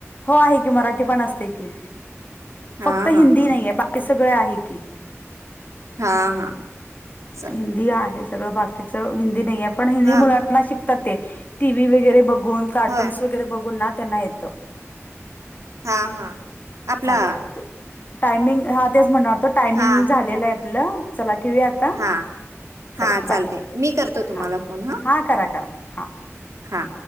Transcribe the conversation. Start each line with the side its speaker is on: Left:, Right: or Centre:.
Left: हो आहे की मराठी पण असते की
Right: हां
Left: फक्त हिंदी
Right: हां हां
Left: नाही. स आहे हिंद.
Right: हां हां च
Left: ह ह मुं
Right: हां
Left: श ब गोन कार्टून्स
Right: होय
Left: वगैरे बघून ना त्यांना येतं.
Right: हा हा. आपला
Left: चालेल टायमिंग हाच म्हणणार टायमिंग
Right: हा
Left: झाले. आपलं चला ठेवया आता
Right: हा हा
Left: चला
Right: चालते
Left: बाय.
Right: मी करतो तुम्हाला
Left: हा
Right: फोन
Left: हा करा करा हा.
Right: हा